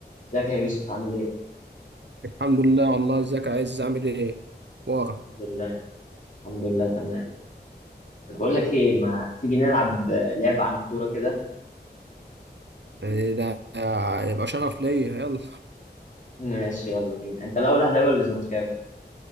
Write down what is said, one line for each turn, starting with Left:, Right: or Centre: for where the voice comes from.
Left: ازيك يا يوسف عامل ايه؟
Right: الحمد لله والله ازيك يا عايز اعمل ايه ورا
Left: الحمد لله الحمد لله تمام طب بقول لك ايه ما تيجي نلعب لعبة عن الكورة كده
Right: يعني ده يبقى شرف ليا يلا
Left: ماشي يلا بينا انت الاول اهلاوي ولا زملكاوي؟